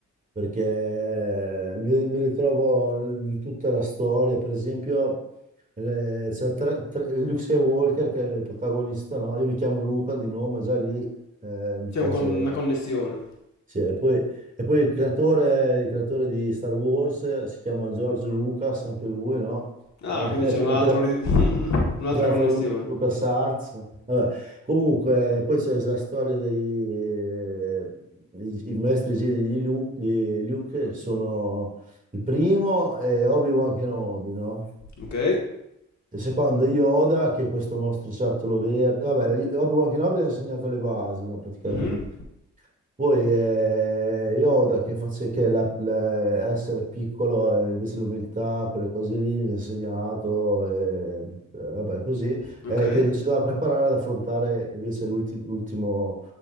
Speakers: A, on the right (about 25°); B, on the left (about 60°).
A: perché mi, mi ritrovo in tutta la storia, per esempio eh, c'è tre- tre- Luke Skywalker che è il protagonista, no? Io mi chiamo Luca di nome, già lì eh, mi
B: C'è
A: piace.
B: un con- una connessione.
A: Sì, e poi, e poi il creatore, il creatore di Star Wars eh, si chiama George Lucas, anche lui, no?
B: Ah,
A: <laughs> È,
B: quindi c'è
A: è,
B: un altro ri- <laughs> un'altra
A: creato
B: connessione.
A: Lu- Lucas Arts. Vabbè. Comunque, poi c'è la storia dei eh, i, i maestri Jedi di Luke, di Luke che sono il primo è Obi-Wan Kenobi, no?
B: Ok.
A: Il secondo è Yoda, che è questo mostriciattolo verde. Vabbè, Obi-Wan Kenobi gli ha insegnato le basi, no, praticamente.
B: Mhm.
A: Poi eh, Yoda che face- che la- la- essere piccolo, eh, invece l'umiltà, quelle cose lì, mi ha insegnato, eh, eh, vabbè, così,
B: Ok.
A: eh, che si doveva preparare ad affrontare invece l'ulti- l'ultimo